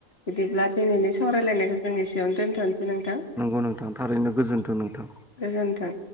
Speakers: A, on the left; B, in the centre.
A: बिदिब्ला दिनैनि। सावरायलायनायखौ जों एसेयावनो दोन्थनोसै नोंथां
B: नंगौ नोंथां थारैनो गोजोन्थों नोंथां
A: गोजोन्थों।